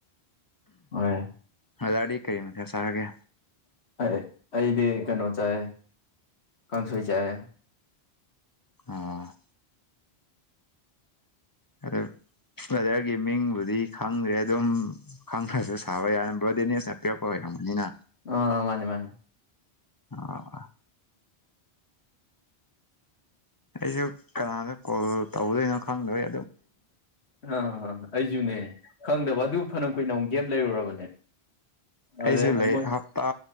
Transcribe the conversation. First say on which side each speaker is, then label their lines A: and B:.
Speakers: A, on the left; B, on the left.
A: ꯍꯣꯏ
B: ꯑꯗ ꯀꯔꯤ ꯃꯊꯥ ꯆꯥꯔꯒꯦ
A: ꯑꯩ ꯑꯩꯗꯤ ꯀꯩꯅꯣ ꯆꯥꯏ ꯀꯥꯡꯁꯣꯏ ꯆꯥꯏ
B: ꯑ ꯑ ꯕ꯭ꯔꯗꯔꯒꯤ ꯃꯤꯡꯕꯨꯗꯤ ꯈꯪꯗ꯭ꯔꯦ ꯑꯗꯨꯝ ꯈꯪꯉ꯭ꯔꯁꯨ ꯁꯥꯕ ꯌꯥꯔꯅꯤ ꯕ꯭ꯔꯣꯗꯤꯅꯦꯁꯅ ꯄꯤꯔꯛꯄ ꯑꯣꯏꯔꯝꯒꯅꯤꯅ
A: ꯑ ꯃꯥꯅꯤ ꯃꯥꯅꯤ
B: ꯑꯣ ꯑꯩꯁꯨ ꯀꯅꯥꯥꯗ ꯀꯣ ꯇꯧꯗꯣꯏꯅꯣ ꯈꯪꯗꯣꯏ
A: ꯑ ꯑꯁꯨꯨꯅꯦ ꯈꯪꯗꯕ ꯑꯗꯨ ꯐꯅ ꯀꯨꯏꯅ ꯑꯃꯨꯛ ꯒꯦꯞ ꯂꯩꯔꯨꯔꯕꯅꯦ
B: ꯑꯩꯁꯨ
A: ꯑꯗꯨꯅ
B: ꯂꯩ
A: ꯃꯣꯏ
B: ꯍꯞꯇꯥ